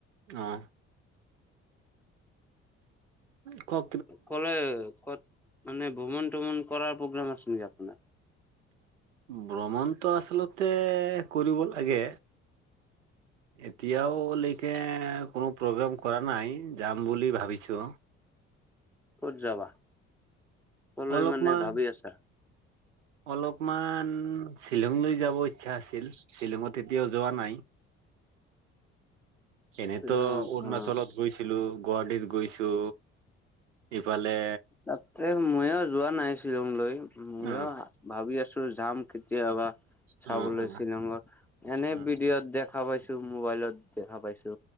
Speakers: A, on the right; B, in the centre.
A: অ। অ।
B: ক'লে ক'ত মানে ভ্ৰমণ তমন কৰ প্ৰগ্ৰাম আছে নেকি আপোনাৰ।
A: ভ্ৰমণটো আচলতে কৰিব লাগে। এতিয়ালৈকে কোনো প্ৰগ্ৰেম কৰা নাই যাম বুলি ভাবিছোঁ।
B: ক'ত যাবা, কলৈ
A: অলপমান
B: মানে ভাবি আছা?
A: অলপমান শ্বিলং লৈ যাব ইচ্ছা আছিল। শ্বিলঙত কেতিয়াও যোৱা নাই। এনেতো
B: শ্বিলং
A: অৰুণাচলত
B: অ
A: গৈছ ছিলো গুৱাহাটীত গৈছো, ইফালে
B: তাতে মইয়ো যোৱা নাই শ্বিলংলৈ, মইয়ো
A: অ
B: ভাবি আছো যাম। কেতিয়াবা চাবলৈ
A: অ অ অ
B: চিনেমা, এনে
A: অ
B: ভিডিঅ'ত দেখ দেখা পাইছো, মোবাইলত দেখা পাইছো